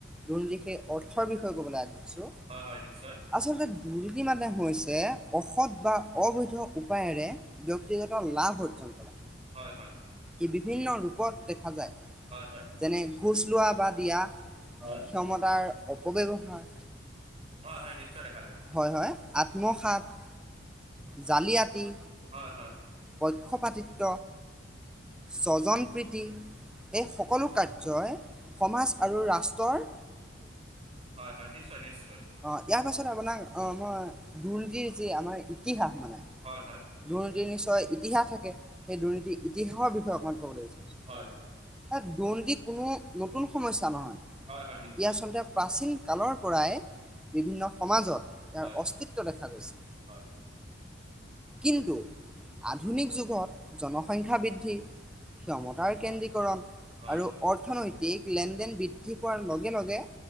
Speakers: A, in the centre; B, on the right (about 30°).
A: দুৰ্নীতিৰ সেই অৰ্থৰ বিষয়ে ক'বলৈ আগবাঢ়িছো
B: হয় হয় নিশ্চয়
A: আচলতে দুৰ্নীতিৰ মানে হৈছে অসৎ বা অবৈধ উপায়েৰে ব্যয়ক্তিগত লাভ অৰ্জন কৰা
B: হয় হয়
A: ই বিভিন্ন ৰূপত দেখা যায়।
B: হয় হয়
A: যেনে ঘুচ লোৱা বা দিয়া।
B: হয়
A: ক্ষমতাৰ অপব্যৱহাৰ।
B: হয় হয় নিশ্চয় দেখা যায়
A: হয় হয় আত্মসাত জালআতি,
B: হয় হয়
A: পক্ষপাতিত্ব স্বজন প্ৰীতি এই সকলো কাৰ্যই সমাজ আৰু ৰাষ্ট্ৰৰ
B: হয় হয় নিশ্চয় নিশ্চয়।
A: অঁ ইয়াৰ পাছত আপোনাক অঁ মই দুৰ্নীতিৰ যি আমাৰ ইতিহাস মানে
B: হয় হয়
A: দুৰ্নীতিৰ নিশ্চয় ইতিহাস থাকে সেই দুৰ্নীতিৰ ইতিহাসৰ বিষয়ে অকণমান কবলৈ বিচাৰিছোঁ।
B: হয়
A: দুৰ্নীতিৰ কোনো নতুন সমস্যা নহয়
B: হয় হয় নিশ্চয়
A: ই আচলতে প্ৰাচীন কালৰ পৰাই বিভিন্ন সমাজত তেওঁৰ
B: হয়
A: অস্তিত্ব দেখা গৈছে।
B: হয়
A: কিন্তু আধুনিক যুগত জন সংখ্যা বৃদ্ধি ক্ষমতাৰ কেন্দ্ৰিকৰন
B: হয়
A: আৰু অৰ্থনৈতিক লেনদেন বৃদ্ধি পোৱাৰ লগে লগে